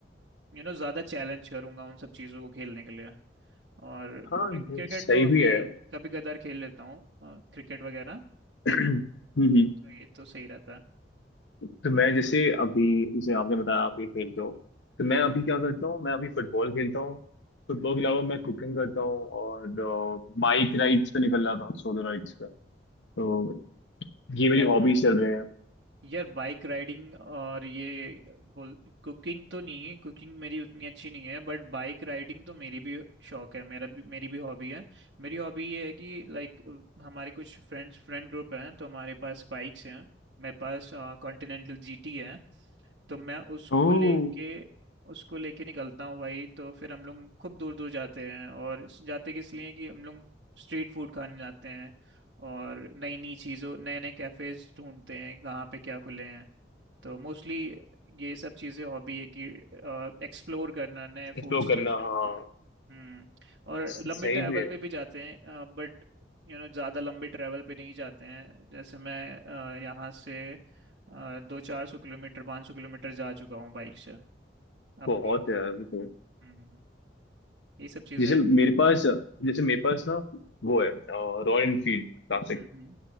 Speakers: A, on the right; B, on the left.
A: यू नो ज़्यादा चैलेंज करूंगा उन सब चीज़ों को खेलने के लिए और
B: हाँ
A: क्रि-
B: वो
A: क्रिकेट
B: सही
A: तो अभी
B: भी है
A: कभी कदार खेल लेता हूँ अ, क्रिकेट वगैरह
B: <clears throat> हम्म
A: तो ये तो सही रहता है
B: तो मैं जैसे अभी जैसे आपने बताया आप ये खेलते हो तो मैं अभी क्या करता हूँ मैं अभी फुटबॉल खेलता हूँ फुटबॉल के अलावा मैं कुकिंग करता हूँ और बाइक राइड्स पे निकल जाता हूँ सोलो राइड्स पे तो ये
A: यार
B: मेरी हॉबीज चल रहे हैं
A: यार बाइक राइडिंग और ये बोल कुकिंग तो नहीं है कुकिंग मेरी उतनी अच्छी नहीं है बट बाइक राइडिंग तो मेरी भी शौक है मेरा भी मेरी भी हॉबी है मेरी हॉबी ये है कि लाइक हमारे कुछ फ्रेंड्स फ्रेंड ग्रुप हैं तो हमारे पास बाइक्स हैं मेरे पास कॉन्टिनेंटल जीटी है तो मैं उसको
B: ओह
A: लेके उसको लेके निकलता हूँ भाई तो फिर हम लोग खूब दूर दूर जाते हैं और स- जाते किस लिए कि हम लोग स्ट्रीट फूड खाने जाते हैं और नई नई चीज़ों नए नए कैफ़ेज ढूंढते हैं कहाँ पे क्या खुले हैं तो मोस्टली ये सब चीज़ें हॉबी है कि एक्सप्लोर करना नए
B: एक्सप्लोर
A: फूड स्टेशन
B: करना हाँ
A: हम्म और
B: स-
A: लंबी
B: सही
A: ट्रैवल
B: भी है
A: पे भी जाते हैं बट यू नो ज़्यादा लंबी ट्रैवल पे नहीं जाते हैं जैसे मैं अ, यहाँ से अ, दो चार सौ किलोमीटर पाँच सौ किलोमीटर जा चुका हूँ बाइक से
B: बहुत
A: अपनी
B: है यार वो तो
A: हम्म ये सब चीज़ें
B: जैसे
A: हैं
B: मेरे पास जैसे मेरे पास ना वो है रॉयल एनफील्ड क्लासिक
A: हम्म